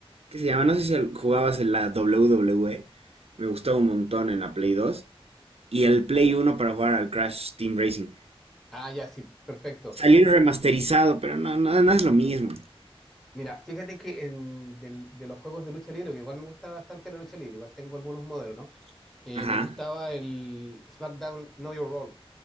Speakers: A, on the right (about 75°); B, in the centre.
A: ¿Qué se llama? No sé si al- jugabas en la WWE. Me gustaba un montón en la Play 2, Y el Play uno para jugar al Crash Team Racing.
B: Ah, ya, sí, perfecto.
A: Salió remasterizado, pero no, no, no es lo mismo.
B: Mira, fíjate que en, del- de los juegos de lucha libre, que igual me gusta bastante la lucha libre, igual tengo algunos modernos, eh,
A: Ajá.
B: me gustaba el SmackDown Know Your Role